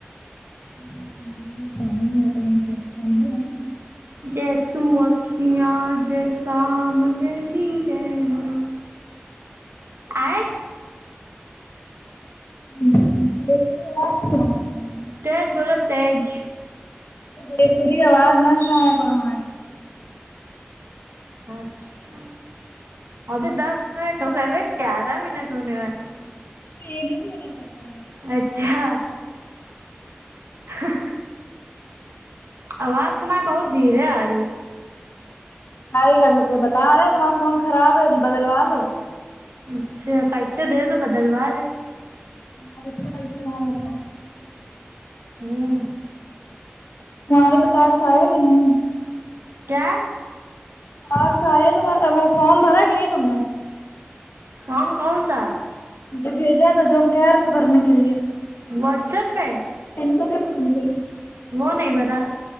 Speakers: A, on the left; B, on the right.
A: ہوں ہوں شامگ اور تو ٹھنڈے ہوا میں
B: گیٹ تو واک میا جے سامنے نی گےنا آے
A: ہوں ہوں ڈیک میں آواز نہیں سونا اے گا ان کو
B: تیج بولو تیج
A: بے سری آواز نا سنایا کرو ہمیں
B: اچھا ابھی دس منٹ ہو گئے رے گیارہ منٹ ہونے والے
A: یہ نہیں بولا جاتا ہے
B: اچھا ہاں آواز تمہاری بہت دھیر ے آ رہی
A: ایے گا مجکو باتالو تما فون کھاراب ہے بدل والو
B: اچھا پیسے دے تو بدلوا ل ہے
A: مرد سے پیسے مانگو
B: ہمم
A: تمہارے پے ٹیکس آیا کے نہیں
B: کیا
A: اج ٹکس آئے تمہارا وہ فام بھرا کے نہیں تم نے
B: فام کوؤن سا
A: جو بھیجا تھا جو ہم کہہ رہے تھے بھرنے کے لیے
B: واٹسپ پے
A: ان کو بھی پونچھے
B: وہ نہیں برا